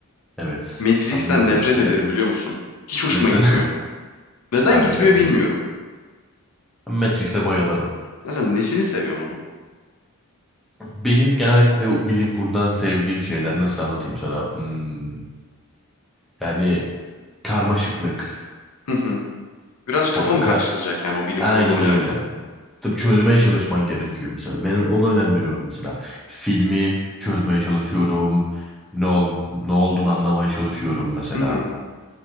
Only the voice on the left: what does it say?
Matrix'ten
nefret ederim biliyor musun? Hiç hoşuma
gitmiyor.
Neden
gitmiyor
bilmiyorum.
Mesela nesini seviyorsun onun?
Hı hı. Birazcık kafa
mı karıştıracak
yani o bilim
kurgunun yanına?
Hı hı.